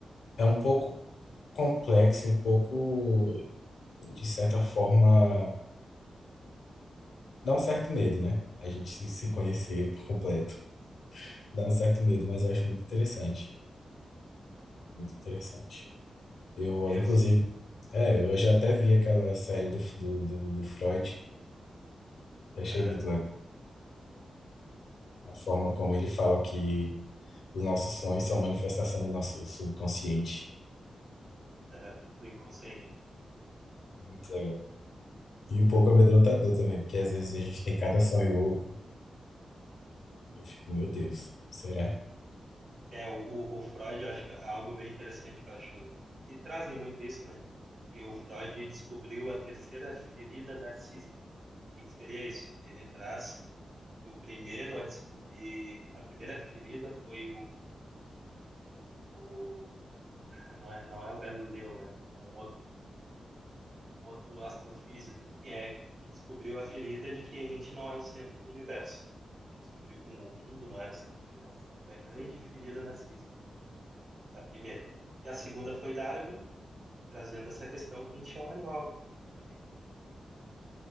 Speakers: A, on the left; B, on the right.
A: É um pouco complexo, um pouco, de certa forma, dá um certo medo, né? A gente se se conhecer por completo. Dá um certo medo, mas eu acho muito interessante. Muito interessante. Eu,
B: É,
A: inclusive,
B: isso.
A: é, eu já até vi aquela série do, do, do, do Freud. Eu
B: Aham,
A: achei muito legal. A forma como ele fala que os nossos sonhos são manifestação do nosso subconsciente.
B: aham, do inconsciente.
A: Muito legal. E um pouco amedrontador também, porque às vezes a gente tem cada sonho louco. Eu fico, meu Deus, será?
B: É, o, o o Freud, eu acho que é algo bem interessante que eu acho, e trazem muito isso, né? E o Freud descobriu a terceira ferida narcísica. O que que seria isso? Ele traz que o primeiro a descobrir, a primeira ferida foi o, o ah, não é, não é o Galileu, é um outro, um outro astrofísico que é que descobriu a ferida de que a gente não é o centro do universo. Ele descobriu que o mundo não era o centro do universo, então foi a grande ferida na física, a primeira. E a segunda foi Darwin, trazendo essa questão que a gente é um animal, que a gente também não é